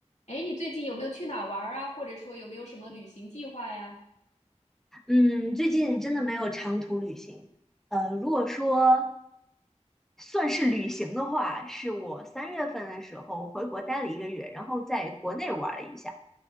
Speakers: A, on the left; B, in the centre.
A: 哎，你最近有没有去哪儿玩儿啊？或者说有没有什么旅行计划呀？
B: 嗯，最近真的没有长途旅行。呃，如果说算是旅行的话，是我三月份的时候回国待了一个月，然后在国内玩了一下。